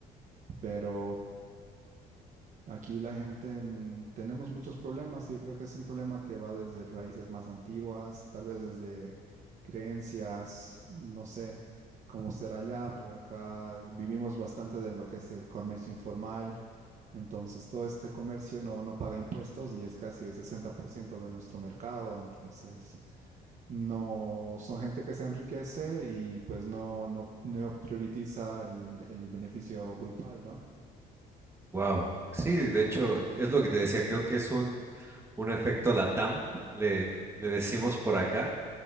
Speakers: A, on the right (about 45°); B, on the right (about 15°).
A: pero aquí la gente en- tenemos muchos problemas. Yo creo que es un problema que va desde raíces más antiguas, tal vez desde creencias, no sé cómo será allá, pero acá vivimos bastante de lo que es el comercio informal. Entonces, todo este comercio no, no paga impuestos y es casi el 60% de nuestro mercado. Entonces... No, son gente que se enriquece y pues no, no, no prioritiza el, el beneficio grupal, ¿no?
B: Wow. Sí, de hecho, es lo que te decía, creo que es un, un efecto LATAM, le, le decimos por acá,